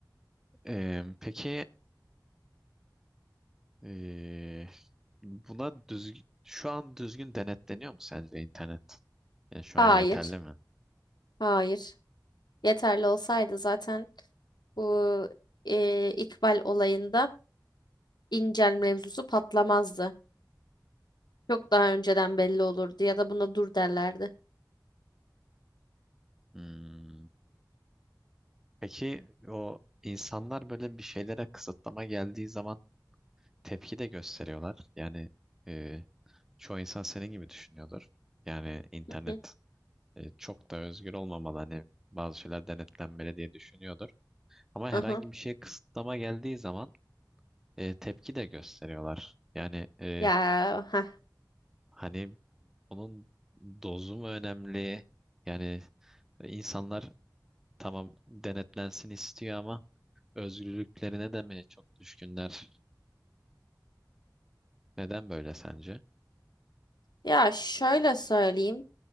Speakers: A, in the centre; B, on the left.
A: E, peki e, buna düzgün, şu an düzgün denetleniyor mu sence internet? Yani şu
B: <laughs> Hayır.
A: an yeterli mi?
B: Hayır. Yeterli olsaydı zaten bu eee, İkbal olayında İncel mevzusu patlamazdı. Çok daha önceden belli olurdu ya da buna dur derlerdi.
A: Hmm. Peki o insanlar böyle bir şeylere kısıtlama geldiği zaman tepki de gösteriyorlar. Yani e, çoğu insan senin gibi düşünüyordur. Yani internet
B: Hı hı.
A: e, çok da özgür olmamalı. Hani bazı şeyler denetlenmeli diye düşünüyordur. Ama
B: Aha.
A: herhangi bir şeye kısıtlama geldiği zaman e, tepki de gösteriyorlar. Yani e,
B: Ya ha.
A: hani onun dozu mu önemli? Yani insanlar tamam denetlensin istiyor ama özgürlüklerine de mi çok düşkünler? Neden böyle sence?
B: Ya şöyle söyleyeyim.